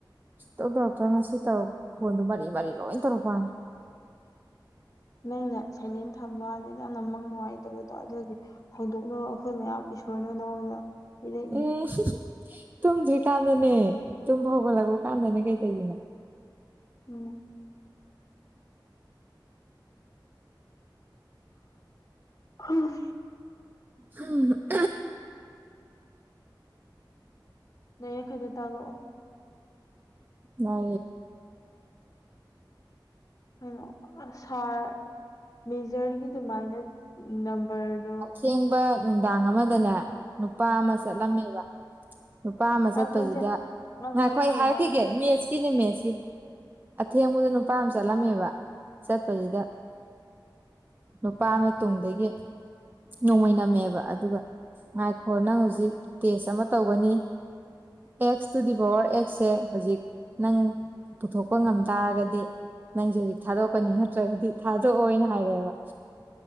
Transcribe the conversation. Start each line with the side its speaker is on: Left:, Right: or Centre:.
Right: ꯁꯨꯛꯇꯧ ꯗꯣꯛꯇꯔ ꯉꯁꯤ ꯇꯧꯔꯛ ꯐꯣꯟꯗꯣ ꯃꯔꯤ ꯃꯔꯤ ꯂꯣꯏ ꯇꯧꯔꯛꯄꯅꯤ
Left: ꯅꯪꯅ ꯁꯩꯂꯦꯟ ꯊꯝꯕ ꯑ ꯅ ꯅꯃꯪ ꯅꯨꯡꯉꯥꯏꯇꯕꯗꯣ ꯑꯗꯨꯒꯤ ꯍꯧꯗꯣꯛꯅꯕ ꯑꯩꯈꯣꯏ ꯃꯌꯥꯝ ꯏꯁꯣꯔꯅ ꯅꯉꯣꯟꯗ ꯄꯤꯔꯛꯏ
Right: ꯎꯝ ꯇꯨꯝꯗ꯭ꯔꯤ ꯀꯥꯟꯗꯅꯦ ꯇꯨꯝꯕ ꯍꯧꯒꯠꯂꯛꯄ ꯀꯥꯟꯗꯅꯦ ꯀꯩꯇꯧꯗꯅ
Left: ꯎꯝ ꯍꯝ
Right: ꯍꯝ
Left: ꯂꯩ ꯈꯩꯗꯦ ꯇꯥꯛꯂꯛꯑꯣ
Right: ꯅꯦ
Left: ꯀꯩꯅꯣ ꯁꯥꯔ ꯃꯦꯖꯔꯒꯤ ꯑꯗꯨꯃꯥꯏꯅ ꯅꯝꯕꯔꯗꯣ
Right: ꯑꯊꯦꯡꯕ ꯅꯨꯡꯗꯥꯡ ꯑꯃꯗꯅꯦ ꯅꯨꯄꯥ ꯑꯃ
Left: ꯎꯝ
Right: ꯆꯠꯂꯝꯃꯦꯕ ꯅꯨꯄꯥ ꯑꯃ
Left: ꯉꯥꯏꯈꯣꯁꯦ
Right: ꯆꯠꯄꯁꯤꯗ ꯉꯥꯏꯈꯣ
Left: ꯑꯗꯨ
Right: ꯑꯩ
Left: ꯑꯣꯏꯔꯗꯤ
Right: ꯍꯥꯏꯔꯛꯈꯤꯒꯦ
Left: ꯉꯥꯏꯈꯣ
Right: ꯃꯦꯠꯁꯀꯤꯅꯦ ꯃꯦꯠꯁꯀꯤ ꯑꯊꯦꯡꯕꯗ ꯅꯨꯄꯥ ꯑꯃ ꯆꯠꯂꯝꯃꯦꯕ ꯆꯠꯄꯁꯤꯗ ꯅꯨꯄꯥ ꯑꯃ ꯇꯨꯡꯗꯒꯤ ꯅꯣꯡꯃ ꯅꯝꯃꯦꯕ ꯑꯗꯨꯒ ꯍꯥꯏꯈꯣ ꯅꯪ ꯍꯧꯖꯤꯛ ꯇꯦꯁ ꯑꯃ ꯇꯧꯒꯅꯤ ꯑꯦꯛꯁ ꯇꯨ ꯗꯤ ꯄꯋꯥꯔ ꯑꯦꯛꯁꯁꯦ ꯍꯧꯖꯤꯛ ꯅꯪ ꯄꯨꯊꯣꯛꯄ ꯉꯝ ꯇꯥꯔꯒꯗꯤ ꯅꯪꯁꯦ ꯍꯧꯖꯤꯛ ꯊꯥꯗꯣꯛꯀꯅꯤ ꯅꯠꯇ꯭ꯔꯒꯗꯤ ꯊꯥꯗꯣꯛꯑꯣꯅ ꯍꯥꯏꯔꯛꯑꯦꯕ